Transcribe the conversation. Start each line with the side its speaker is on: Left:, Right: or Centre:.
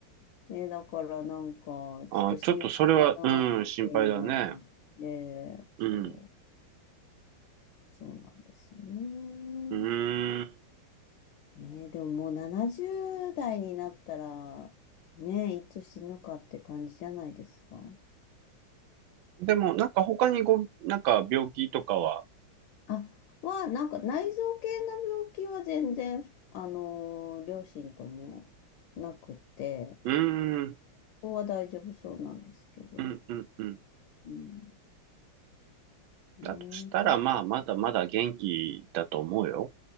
Left: ね、だからなんか、ちょっと心配だなっていうのもあって、
Right: あ、ちょっとそれは、うん、心配だね。
Left: そう、
Right: うん。
Left: そうなんですよね。
Right: うーん。
Left: ね、でももう70代になったら、ね、いつ死ぬかって感じじゃないですか。
Right: でも、なんか他にご、なんか病気とかは、
Left: あ、は、なんか内臓系の病気は全然、あのー、両親ともなくて、
Right: うーん、
Left: ここは大丈夫そうなんですけど、
Right: うん、うん、うん。
Left: うん、ね。
Right: だとしたら、まあ、まだまだ元気だと思うよ。